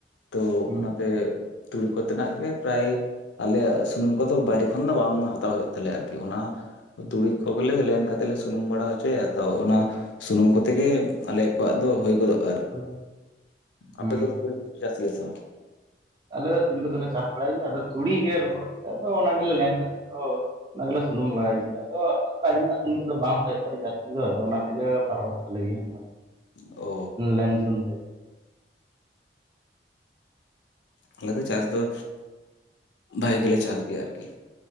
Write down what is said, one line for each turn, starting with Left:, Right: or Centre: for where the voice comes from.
Left: ᱛᱚ
Right: ᱦᱩᱸ
Left: ᱚᱱᱟᱛᱮ ᱛᱩᱲᱤ ᱠᱚᱛᱮ ᱱᱟᱜ ᱜᱮ ᱯᱨᱟᱭ ᱟᱞᱮᱭᱟᱜ ᱥᱩᱱᱩᱢ ᱠᱚᱫᱚ ᱵᱟᱭᱨᱮ ᱠᱷᱚᱱ ᱫᱚ ᱵᱟᱝ ᱦᱟᱛᱟᱣ ᱦᱳᱭᱳᱜ ᱛᱟᱞᱮᱭᱟ ᱟᱨᱠᱤ ᱚᱱᱟ
Right: ᱦᱩᱸ
Left: ᱛᱩᱲᱤ ᱠᱚᱜᱮᱞᱮ ᱞᱮᱱ ᱠᱟᱛᱮ ᱠᱟᱛᱮ ᱞᱮ ᱥᱩᱱᱩᱢ ᱵᱟᱲᱟ ᱦᱚᱪᱚᱭᱟ ᱛᱚ ᱚᱱᱟ ᱥᱩᱱᱩᱢ ᱠᱚᱛᱮ ᱜᱮ ᱟᱞᱮᱚᱣᱟᱜ ᱫᱚ ᱦᱳᱭ ᱜᱚᱫᱚᱜ
Right: ᱦᱳᱭ ᱫᱚ
Left: ᱟᱯᱮ
Right: ᱦᱩᱸ
Left: ᱫᱚ ᱛᱩᱲᱤ ᱠᱚᱫᱚ ᱯᱮ ᱪᱟᱥ ᱜᱮᱭᱟ ᱥᱮ ᱵᱟᱝ
Right: ᱟᱞᱮ ᱫᱚ ᱛᱩᱲᱤ ᱠᱚᱫᱚᱞᱮ ᱪᱟᱥ ᱵᱟᱲᱟᱭ ᱜᱮᱭᱟ ᱟᱫᱚ ᱛᱩᱲᱤ ᱜᱮ ᱨᱚᱦᱚᱲ ᱠᱟᱛᱮ ᱟᱫᱚ ᱚᱱᱟ ᱜᱮᱞᱮ ᱞᱮᱱ ᱠᱟᱛᱮ ᱟᱫᱚ ᱚᱱᱟ ᱜᱮᱞᱮ ᱥᱩᱱᱩᱢ ᱞᱟᱜᱟᱭ ᱜᱮᱭᱟ ᱟᱫᱚ ᱨᱮᱱᱟᱜ ᱥᱩᱱᱩᱢ ᱛᱮᱫᱚ ᱵᱟᱝ ᱦᱳᱭᱳᱜ ᱛᱟᱞᱮᱭᱟ ᱡᱟᱹᱥᱛᱤ ᱫᱚ ᱟᱫᱚ ᱚᱱᱟ ᱛᱮᱜᱮ ᱯᱟᱨᱚᱢᱚᱜ ᱛᱟᱞᱮ ᱜᱮᱭᱟ
Left: ᱚ
Right: ᱞᱮᱱ ᱥᱩᱱᱩᱢ ᱛᱮᱜᱮ
Left: ᱟᱞᱮ ᱫᱚ ᱪᱟᱥ ᱫᱚ ᱵᱷᱟᱜᱮ ᱜᱮᱞᱮ ᱪᱟᱥ ᱜᱮᱭᱟ ᱟᱨᱠᱤ